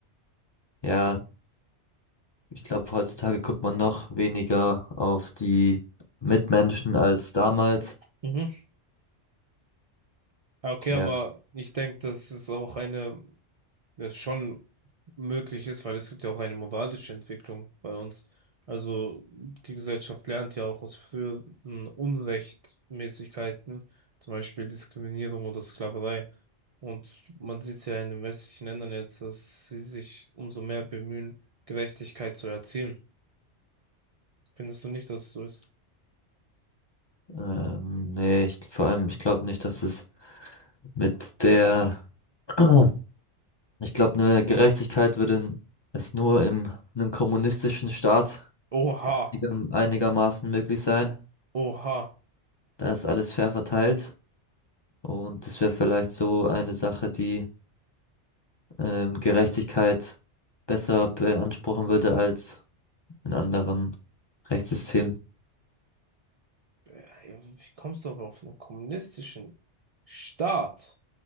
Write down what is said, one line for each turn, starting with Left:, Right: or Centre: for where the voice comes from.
Left: ja, Ich glaube, heutzutage guckt man noch weniger auf die Mitmenschen als damals.
Right: Mhm. Okay,
Left: Ja.
Right: aber ich denke, das ist auch eine. das schon möglich ist, weil es gibt ja auch eine moralische Entwicklung bei uns. Also die Gesellschaft lernt ja auch aus früheren Unrechtmäßigkeiten, zum Beispiel Diskriminierung oder Sklaverei. Und man sieht es ja in den westlichen Ländern jetzt, dass sie sich umso mehr bemühen, Gerechtigkeit zu erzielen. Findest du nicht, dass es so ist?
Left: Ähm, nee, ich, vor allem, ich glaube nicht, dass es mit der, <clears throat> ich glaube, eine Gerechtigkeit würde es nur im, einem kommunistischen Staat
Right: Oha,
Left: einiger- einigermaßen möglich sein.
Right: oha.
Left: Da ist alles fair verteilt und das wäre vielleicht so eine Sache, die ähm, Gerechtigkeit besser beanspruchen würde als in anderen Rechtssystemen.
Right: Äh, Wie kommst du aber auf einen kommunistischen Staat?